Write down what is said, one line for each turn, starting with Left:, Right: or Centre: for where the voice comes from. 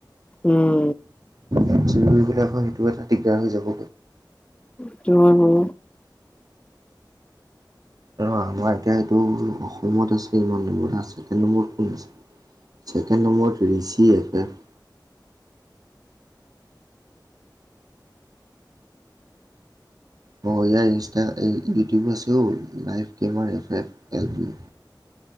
Left: উম।
Right: এম চি বি কেইটা আকৌ সেইটো এটা দিগদাৰ হৈ যাব।
Left: সেইটো হৈ বাৰু
Right: আৰু আমাৰ এতিয়া এইটো অসমত আছে, ইমান নম্বৰ আছে, কে নম্বৰত কোন আছে ছেকেণ্ড নম্বৰত ৰি চি এফ এফ অহ ইয়াৰ ইনষ্টা এই ইউটিউব আছেও, লাইভ কেমাৰ এফ এফ এল পি